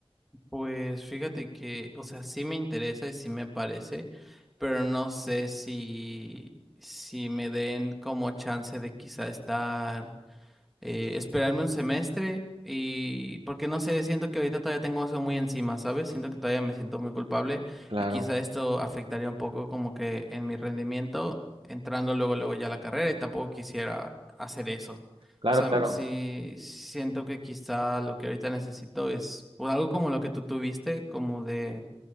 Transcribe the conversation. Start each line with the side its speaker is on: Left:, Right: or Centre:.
Centre: pues fíjate que, o sea, sí me interesa y sí me parece, pero no sé si, si me den como chance de quizá estar eh, esperarme un semestre y porque no sé, siento que ahorita todavía tengo eso muy encima, ¿sabes? Siento que todavía me siento muy culpable
Right: Claro,
Centre: y quizá esto afectaría un poco como que en mi rendimiento entrando luego luego ya a la carrera y tampoco quisiera hacer eso.
Right: claro,
Centre: O sea,
Right: claro,
Centre: m- sí siento que quizá lo que ahorita necesito es o algo como lo que tú tuviste, como de